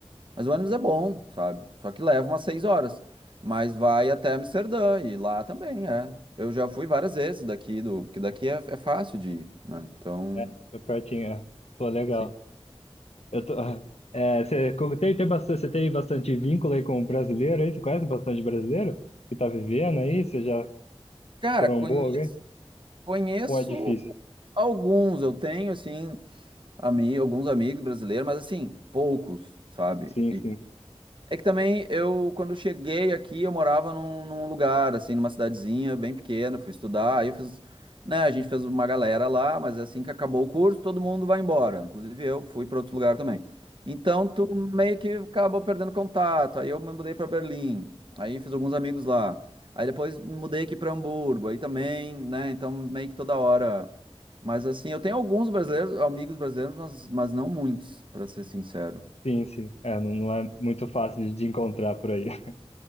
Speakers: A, on the right; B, on the left.
A: mas o ônibus é bom, sabe? Só que leva umas seis horas, mas vai até Amsterdã e lá também é. Eu já fui várias vezes daqui do, porque daqui é, é fácil de ir, né? Então,
B: é, foi pertinho, é. Pô, legal.
A: sim.
B: Eu tô, <laughs> é, você como tem, tem bastante, você tem bastante vínculo aí com o brasileiro aí, você conhece bastante brasileiro que tá vivendo aí, você já
A: cara,
B: trombou
A: conheço,
B: alguém?
A: conheço
B: Ou é difícil?
A: alguns, eu tenho assim, ami, alguns amigos brasileiros, mas assim, poucos, sabe?
B: Sim, sim.
A: É que também eu, quando cheguei aqui, eu morava num, num lugar, assim, numa cidadezinha bem pequena, fui estudar, aí eu fiz, né, a gente fez uma galera lá, mas é assim que acabou o curso, todo mundo vai embora, inclusive eu fui para outro lugar também. Então, tu meio que acabou perdendo contato, aí eu me mudei para Berlim, aí fiz alguns amigos lá, aí depois me mudei aqui para Hamburgo, aí também, né, então meio que toda hora. Mas assim, eu tenho alguns brasileiros, amigos brasileiros, mas, mas não muitos, para ser sincero.
B: Sim, sim. É, não, não é muito fácil de de encontrar por aí. <laughs>